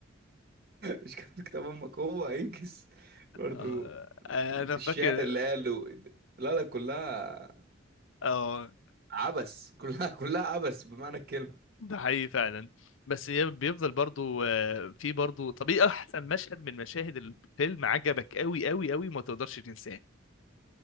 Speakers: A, on the right; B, on the left.
A: مش كاتب كتاب امك هو هينجز برضو
B: آه، انا
A: الشعر
B: فاكر
A: اللي قاله لا لا كلها
B: اه
A: عبس كلها كلها عبس بمعنى الكلمة
B: ده حقيقي فعلا بس هي بيفضل برضو آه، في برضو طب ايه احسن مشهد من مشاهد الفيلم عجبك قوي قوي قوي ما تقدرش تنساه